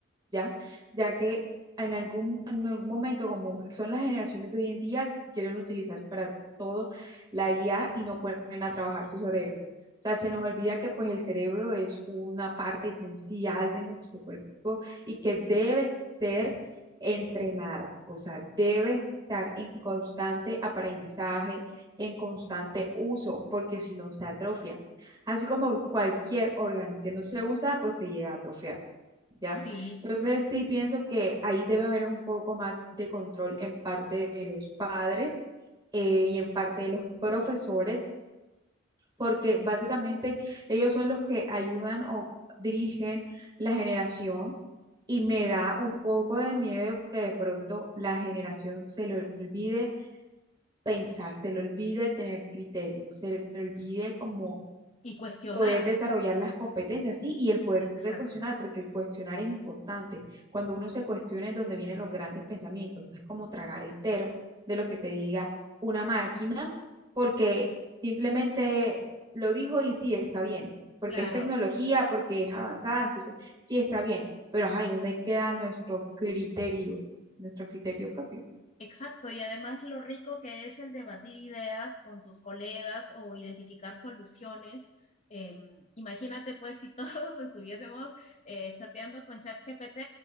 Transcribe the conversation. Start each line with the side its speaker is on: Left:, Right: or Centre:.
Right: ¿ya? Ya que en algún, en algún momento, como son las generaciones de hoy en día, quieren utilizar para todo la IA y no ponen a trabajar su cerebro. O sea, se nos olvida que pues el cerebro es una parte esencial de nuestro cuerpo y que debe ser entrenada, o sea, debe estar en constante aprendizaje, en constante uso, porque si no se atrofia. Así como cualquier órgano que no se usa, pues se llega a atrofiar, ¿ya?
Left: Sí,
Right: Entonces sí pienso que ahí debe haber un poco más de control en parte de los padres eh, y en parte de los profesores, porque básicamente ellos son los que ayudan o dirigen la generación y me da un poco de miedo que de pronto la generación se le olvide pensar, se le olvide tener criterio, se le olvide como
Left: y cuestionar.
Right: poder desarrollar las competencias, sí, y el poder
Left: Exacto,
Right: de cuestionar, porque el cuestionar es importante. Cuando uno se cuestiona es donde vienen los grandes pensamientos, no es como tragar entero de lo que te diga una máquina, porque simplemente lo dijo y sí, está bien, porque
Left: claro.
Right: es tecnología, porque es avanzada, entonces sí está bien, pero ajá, ¿y dónde queda nuestro criterio, nuestro criterio propio?
Left: Exacto, y además lo rico que es el debatir ideas con tus colegas o identificar soluciones. Eh, imagínate pues si todos <laughs> estuviésemos eh, chateando con ChatGPT